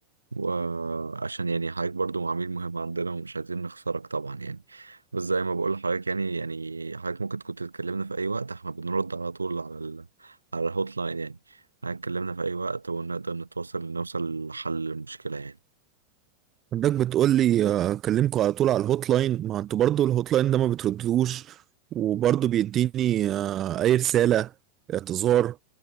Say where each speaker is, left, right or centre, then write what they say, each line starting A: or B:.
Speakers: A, on the right; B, on the right.
A: وعشان يعني حضرتك برضو عميل مهم عندنا ومش عايزين نخسرك طبعا يعني بس زي ما بقول لحضرتك يعني يعني حضرتك ممكن كنت تكلمنا في أي وقت احنا بنرد على طول على ال... على الهوت لاين يعني حضرتك كلمنا في أي وقت ونقدر نتواصل نوصل لحل المشكلة يعني
B: عندك بتقول لي آه، اكلمكوا على طول على الهوت لاين ما انتوا برضو الهوت لاين ده ما بتردوش وبرضو بيديني آه، اي رسالة اعتذار